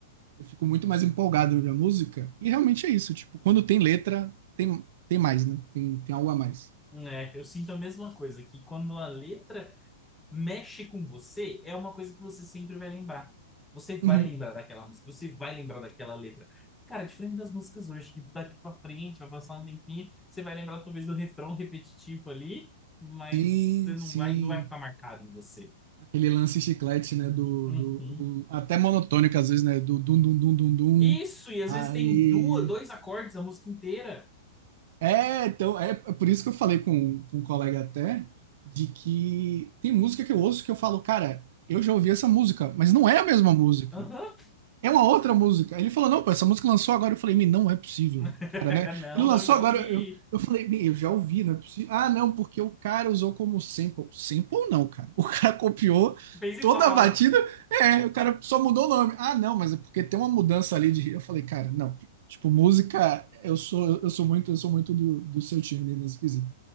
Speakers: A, on the right; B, in the centre.
A: eu fico muito mais empolgado de ouvir a música. E realmente é isso, tipo, quando tem letra, tem, tem mais, né? Tem, tem algo a mais.
B: É, eu sinto a mesma coisa, que quando a letra mexe com você, é uma coisa que você sempre vai lembrar. Você vai
A: Uhum.
B: lembrar daquela música, você vai lembrar daquela letra. Cara, diferente das músicas hoje, que daqui pra frente, vai passar um tempinho, você vai lembrar talvez do refrão repetitivo ali, mas
A: Sim,
B: você não
A: sim.
B: vai, não vai ficar marcado em você.
A: Aquele lance chiclete, né? Do,
B: Uhum.
A: do, do- até monotônico às vezes, né? Do dum dum dum dum dum.
B: Isso, e às
A: Aí.
B: vezes tem duas, dois acordes a música inteira.
A: É, então, é é por isso que eu falei com, com um colega até, de que tem música que eu ouço que eu falo, cara, eu já ouvi essa música, mas não é a mesma música.
B: Aham.
A: É uma outra música. Aí Ele falou, não, pô, essa música lançou agora. Eu falei, "Mi, não é possível,
B: <laughs>
A: cara, né?
B: Não,
A: Ele lançou
B: não, já
A: agora,
B: ouvi.
A: eu, eu falei, "Mi, eu já ouvi, não é possível. Ah, não, porque o cara usou como sample. Sample não, cara. O cara <laughs> copiou
B: Fez igual.
A: toda a batida, é, o cara só mudou o nome. Ah, não, mas é porque tem uma mudança ali de... Eu falei, cara, não. Tipo, música, eu sou, eu sou muito, eu sou muito do, do seu time né, nesse quesito.